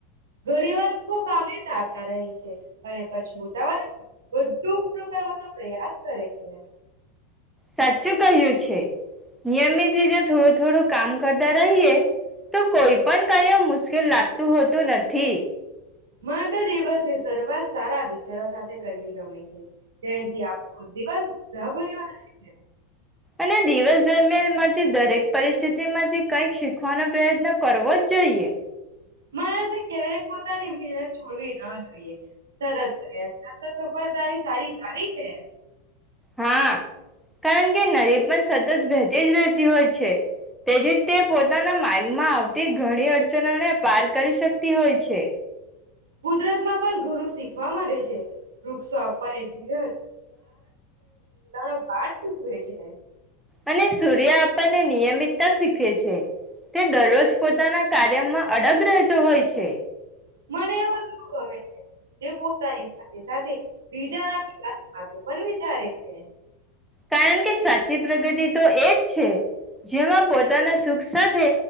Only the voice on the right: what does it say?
ઘણી વાર લોકો કામે જાતા રહે છે. અને પછી ઉતાવળ બધું પૂરું કરવાનો પ્રયાસ કરે છે.
મને તો દિવસે શરૂઆત સારા વિચારો સાથે કરવી ગમે છે. તેથી આખો દિવસ <unintelligible> રહે છે.
મારાથી ક્યારેક પોતાની મહેનત છોડવીન જોઈએ તરત પ્રયત્ન સરસ સફળતાની સારી ચાવી છે.
કુદરતમાં પણ ઘરું શીખવા માંડે છે, વૃક્ષો આપાય ધીરજ <unintelligible> પાઠ શીખવે છે.
મને એવ ગમે છે જે પોતાની સાથે સાથે બીજાના વ માટે પણ વિચારે છે.